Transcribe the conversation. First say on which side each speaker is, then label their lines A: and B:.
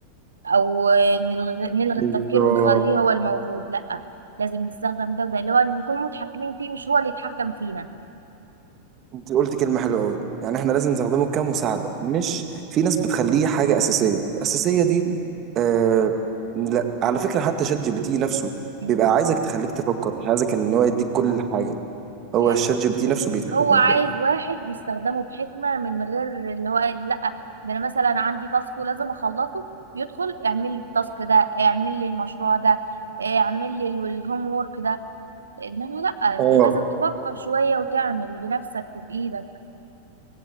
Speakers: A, on the right; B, on the right.
A: او نلغي, نلغي
B: بالظبط
A: التفكير ونخليه هو الموجود لا لازم نستخدم ده وده اللي هو نكون متحكمين فيه مش هو اللي يتحكم فينا
B: انت قلت كلمة حلوة قوي يعني احنا لازم نستخدمه كمساعدة مش في ناس بتخليه حاجة أساسية الأساسية دي
A: <laughs>
B: آه لا على فكرة حتى شات جي بي تي نفسه
A: مم.
B: بيبقى عايزك تخليك تفكر مش عايزك ان هو يديك كل حاجة هو
A: يعني
B: الشات جي بي تي نفسه بيساعدك
A: هو
B: على
A: عايز
B: كده
A: واحد يستخدمه بحكمة من غير اللي هو لا ده انا مثلا عندي تاسك ولازم اخلصه يدخل اعمل لي التاسك ده اعمل لي المشروع ده اعمل لي الهوم وورك ده انما لا لازم
B: اه
A: تفكر شوية وتعمل بنفسك وبإيدك